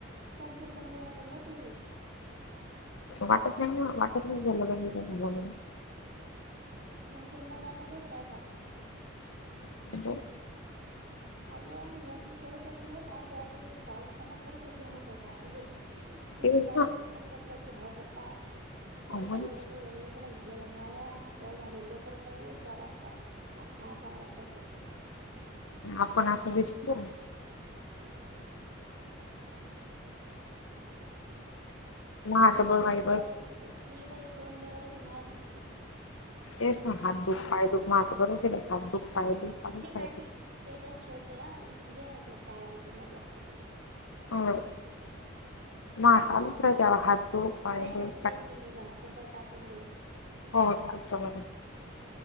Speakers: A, on the right; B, on the left.
A: संतूर मम्मी असल व ती.
B: वाटत नाई न, वाटत नाई ईचं लगन बीगन झालं मनून.
A: संतुर मम्या तशाच रायतात.
B: <unintelligible>
A: आव मी एकवीस वर्षाचीए त् आशि वाट्टे नी, म्हनजे चाळीस पन्नास वर्षाची हावका काय, मजे तीस
B: तेच
A: चाळीस
B: ना
A: पन्नास वर्षाची हाव का काय, आन काई
B: म्हणूनच
A: काई लगे ल लग्न झालेलया बाया केवडाले लेकरं त्यायेले त्या वाटतात आठरा- आठरा वर्षाच्या
B: आपण आशे दिसतो.
A: <unintelligible>
B: माझं बरं
A: मी लगे
B: आहे बरं
A: बाई दिस्तो, मी लगे दोन लेकची माय दिसतो.
B: तेच ना हात दूक, पाय दुक, <inaudible> हात दुक, पाय दुक हाय
A: मी गाणी स्टेटस ठेवतो आ.. दे मग आपला पाय देतो आपला फोटो
B: होय, नाकालुस रे त्याला हात दुख पाय
A: नाई
B: दुख
A: ते तुले
B: काय
A: मी व्हॉट्सअपवर टाकून देईन.
B: हो, <inaudible>